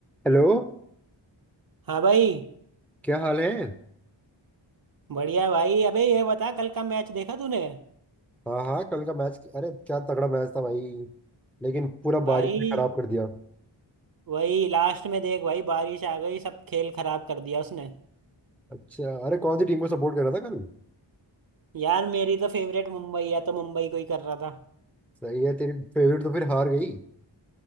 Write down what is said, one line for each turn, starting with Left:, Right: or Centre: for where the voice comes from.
Centre: Hello
Right: हाँ भाई
Centre: क्या हाल है
Right: बढ़िया है भाई अबे ये बता कल का मैच देखा तूने
Centre: हाँ हाँ कल का मैच अरे क्या तगड़ा मैच था भाई लेकिन पूरा
Right: भाई
Centre: बारिश ने खराब कर दिया
Right: वही लास्ट में देख भाई बारिश आ गई सब खेल खराब कर दिया उसने
Centre: अच्छा अरे कौन सी टीम को सपोर्ट कर रहा था कल
Right: यार मेरी तो फेवरेट मुंबई है तो मुंबई को ही कर रहा था
Centre: सही है तेरी फेवरेट तो फिर हार गई